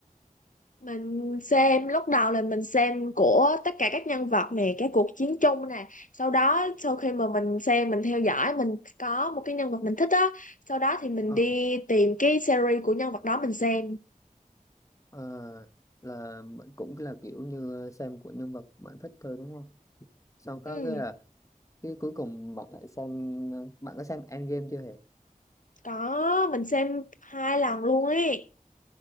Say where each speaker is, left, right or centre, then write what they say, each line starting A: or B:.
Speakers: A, on the left (about 60°); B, on the left (about 20°).
A: mình xem lúc đầu là mình xem của tất cả các nhân vật nè cái cuộc chiến chung nè sau đó sau khi mà mình xem mình theo dõi mình có một cái nhân vật mình thích á sau đó thì mình
B: Ờ,
A: đi tìm cái series của nhân vật đó mình xem
B: ờ, là bạn cũng là kiểu như xem của nhân vật bạn thích thôi đúng không sau có
A: ừ
B: cái là cái cuối cùng bạn lại xem bạn có xem Endgame chưa hề
A: có mình xem hai lần luôn ấy